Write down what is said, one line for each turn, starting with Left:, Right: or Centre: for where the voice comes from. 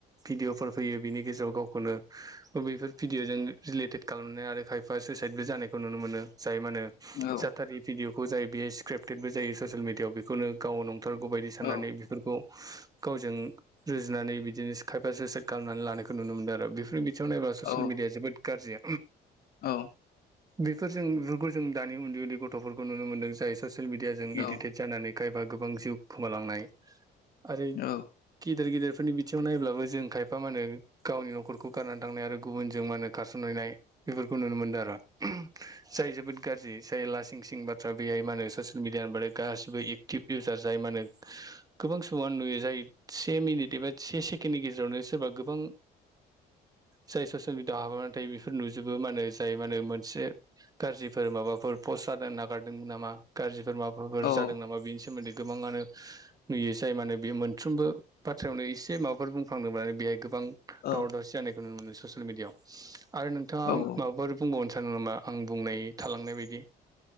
Right: भिदिअफोर फैयो, बेनि गेजेराव गावखौनो बैफोर भिडिअजों रिलेटेड खालामनाय आरो खाय बा सुइसाइदबो जानायखौ नुनो मोनो जाय मा होनो
Left: औ
Right: जाथारि भिडिअ'खौ जाय बे स्क्रिपटेडबो जायो ससियेल मिडियाआव बेखौनो गाव नं नंथारगौ बायदि साननानै
Left: औ
Right: बेफोरखौ गावजों रुजुनानै बिदिनो खायफा सुयसेत खालामनानै लानायखौ नुनो मोनदों आरो बेफोरनि बिथिङाव नायोब्ला ससियेल
Left: औ
Right: मिडिया जोबोद गाज्रि।
Left: औ
Right: बेफोरजों बेफोरखौ जों दानि उन्दै उन्दै गथ'फोरखौ नुनो मोनदों जाय ससियेल मिडिया जों एडिकटेड
Left: औ
Right: जानानै खायबा गोबां जिउ खोमालांनाय आरो
Left: औ
Right: गिदिर गिदिरफोरनि बिथिंयाव नायब्लाबो जों खायफा मा होनो गावनि नखरखौ गारनानै थांनाय आरो गुबुनजों मा होनो खारसनहैनाय बेफोरखौ नुनो मोनदों आरो। जाय जोबोद गाज्रि जाय लासिं सिं बाथ्रा बेहाय मा होनो ससियेल मिडियानि होनबाथाय गासैबो इउजार जाय माने गोबां समावनो नुयो जाय से मिनिट एबा से सेकेणडनि गेजेरावनो सोरबा गोबां जाय ससियेल मिडियाआव हाबनानै थायो बेफोर नुजोबो मा होनो जाय माने मोनसे गाज्रिफोर माबाफोर पस्ट जानो नागारदों नामा गाज्रिफोर माबाफोर
Left: औ औ
Right: जादों नामा बेनि सोमोन्दै गोबाङानो नुयो जाय माने बे मोनफ्रोमबो बाथ्रायावनो एसे माबाफोर बुंफ्रांदोंब्लानो बेहाय गोबां दावराव
Left: औ
Right: दावसि जानायखौ नुनो मोनो ससियेल मिडियाआव आरो नोंथाङा
Left: औ।
Right: माबाफोर बुंबावनो सानो नामा आं बुंनाय थालांनाय बादि